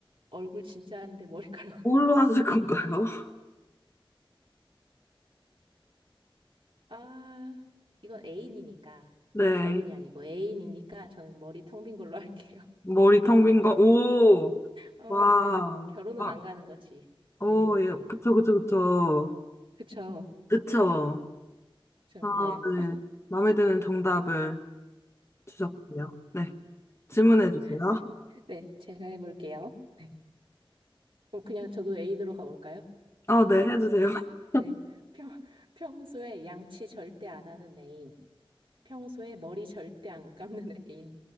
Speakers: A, on the right; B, on the left.
A: 얼굴 진짜 아닌데 머리카락.
B: 뭘로 하실 건가요? <laughs>
A: 아, 이건 애인이니까.
B: 네,
A: 결혼이 아니고 애인이니까 저는 머리 텅빈 걸로 할게요.
B: 머리 텅 빈 거, 오,
A: 어,
B: 와,
A: 네. 결혼은
B: 와,
A: 안 가는 거지.
B: 오,
A: 네.
B: 예, 그쵸, 그쵸, 그쵸.
A: 그쵸.
B: 그쵸.
A: 그쵸.
B: 아,
A: 네.
B: 네. 마음에 드는 정답을 주셨군요. 네, 질문해 주세요.
A: <laughs> 네. 네. 제가 해볼게요. 네. 그럼 그냥 저도 애인으로 가볼까요?
B: 어, 네, 해주세요. <laughs>
A: 네. 평, 평소에 양치 절대 안 하는 애인. 평소에 머리 절대 안 감는 애인.